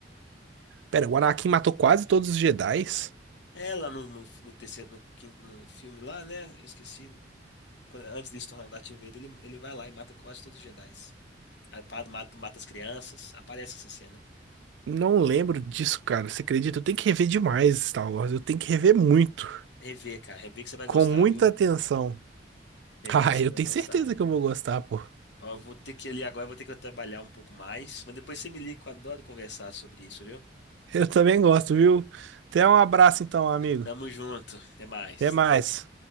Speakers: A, on the right; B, on the left.
A: Pera, o Anakin matou quase todos os Jedis?
B: É lá no, no, no terceiro, no, quin- no filme lá, né? Eu esqueci. quando- antes de se tornar o Darth Vader, ele, ele vai lá e mata quase todos os Jedis. Aí pa- mata, mata as crianças, aparece essa cena.
A: Não lembro disso, cara. Você acredita? Eu tenho que rever demais Star Wars. Eu tenho que rever muito.
B: Rever, cara, rever que você vai
A: Com
B: gostar,
A: muita
B: viu?
A: atenção. <laughs>
B: Rever
A: Ah,
B: que você
A: eu
B: vai
A: tenho
B: gostar.
A: certeza que eu vou gostar, pô.
B: Ó, Eu vou ter que ir ali agora, eu vou ter que trabalhar um pouco mais, mas depois você me liga, que eu adoro conversar sobre isso, viu?
A: Eu também gosto, viu? Até um abraço então, amigo.
B: Tamo junto, até mais.
A: Até mais.